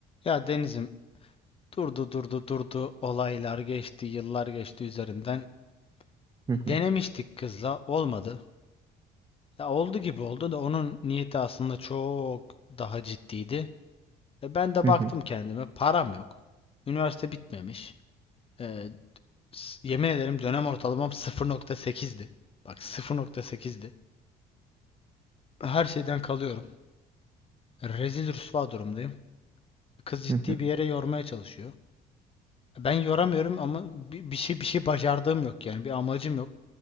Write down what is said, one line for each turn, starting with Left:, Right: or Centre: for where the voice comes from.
Left: Ya Deniz'im durdu durdu durdu olaylar geçti yıllar geçti üzerinden
Right: Hı
Left: denemiştik
Right: hı,
Left: kızla olmadı. Ya oldu gibi oldu da onun niyeti aslında çok daha ciddiydi. E ben de
Right: hı
Left: baktım
Right: hı,
Left: kendime param yok. Üniversite bitmemiş. E, s- yemin ederim dönem ortalamam 0.8'di. Bak 0.8'di. Her şeyden kalıyorum. Rezil rüsva durumdayım. Kız ciddi
Right: hı hı,
Left: bir yere yormaya çalışıyor. Ben yoramıyorum ama bi- bir şey bir şey bacardığım yok yani bir amacım yok.